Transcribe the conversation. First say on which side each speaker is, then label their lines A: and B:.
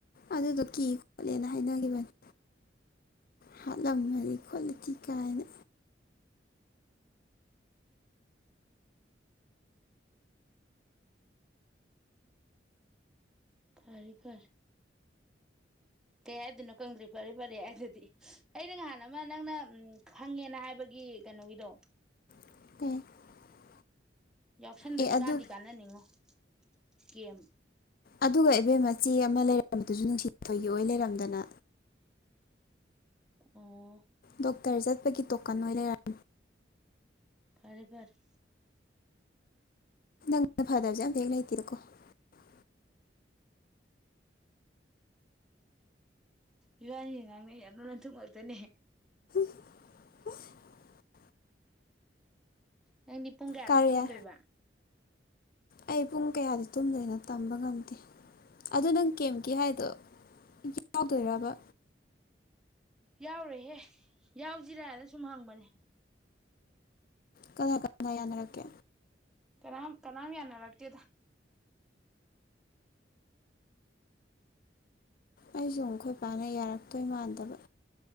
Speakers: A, on the left; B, in the centre.
A: ꯑꯗꯨꯗꯣ ꯀꯤ ꯈꯣꯠꯂꯦꯅ ꯍꯥꯏꯅꯈꯤꯕꯅꯤ ꯍꯥꯠꯂꯝꯃꯗꯤ ꯈꯣꯠꯂꯗꯤ ꯀꯥꯏꯅ
B: ꯐꯔꯦ ꯐꯔꯦ ꯀꯩ ꯍꯥꯏꯗꯣꯏꯅꯣ ꯈꯪꯗ꯭ꯔꯤ ꯐꯔꯦ ꯐꯔꯦ ꯍꯥꯏꯗꯔꯗꯤ ꯑꯩꯅ ꯅꯍꯥꯟ ꯑꯃ ꯅꯪꯅ ꯎ ꯈꯪꯉꯦꯅ ꯍꯥꯏꯕꯒꯤ ꯀꯩꯅꯣꯒꯤꯗꯣ
A: <unintelligible>
B: ꯌꯥꯎꯁꯟꯕꯗꯤ
A: ꯑꯦ ꯑꯗꯨ
B: ꯀꯥꯟꯗꯤ ꯀꯥꯟꯅꯅꯤꯡꯉꯣ ꯀꯦꯝ
A: ꯑꯗꯨꯒ ꯏꯕꯦꯝ ꯃꯆꯦ ꯑꯃ ꯂꯩꯔꯝꯕꯗꯨꯁꯨ ꯅꯨꯡꯁꯤꯊꯣꯏꯒꯤ ꯑꯣꯏ ꯂꯩꯔꯝꯗꯅ
B: ꯑꯣ
A: ꯗꯣꯛꯇꯔ ꯆꯠꯄꯒꯤ ꯇꯣꯀꯟ ꯑꯣꯏꯅ ꯂꯩꯔ
B: ꯐꯔ‌ꯦ ꯐꯔ‌ꯦ
A: <unintelligible> ꯑꯝꯇꯥ ꯍꯦꯛ ꯂꯩꯇꯦꯗꯥꯀꯣ
B: ꯏꯕꯥꯅꯤ ꯉꯥꯡꯅ ꯑꯥꯂ‌ꯣꯟ ꯑꯥꯊꯨꯡ ꯉꯥꯛꯇꯅꯦ
A: <inaudible>
B: ꯅꯪꯗꯤ ꯄꯨꯡ ꯀꯌꯥꯗ
A: ꯀꯥꯔꯤꯌꯥ
B: ꯇꯨꯝꯗꯣꯏꯕ
A: ꯑꯩ ꯄꯨꯡ ꯀꯌꯥꯗꯤ ꯇꯨꯝꯗꯣꯏꯅꯣ ꯇꯝꯕ ꯉꯝꯗꯦ ꯑꯗꯨ ꯅꯪ ꯀꯦꯝꯞꯀꯤ ꯍꯥꯏꯗꯣ ꯌꯥꯎꯗꯣꯏꯔꯕ
B: ꯌꯥꯎꯔꯣꯏꯍꯦ ꯌꯥꯎꯁꯤꯔꯥꯅ ꯁꯨꯝ ꯍꯪꯕꯅꯦ
A: ꯀꯅꯥ ꯀꯅꯥ ꯌꯥꯅꯔꯛꯀꯦ
B: ꯀꯅꯥꯝ ꯀꯅꯥꯝ ꯌꯥꯅꯔꯥꯛꯇꯦꯗ
A: ꯑꯩꯖꯨ ꯑꯃꯨꯛ ꯑꯈꫭꯏ ꯄꯥꯅ ꯌꯥꯔꯛꯇꯣꯏ ꯃꯥꯟꯗꯦ ꯇꯕ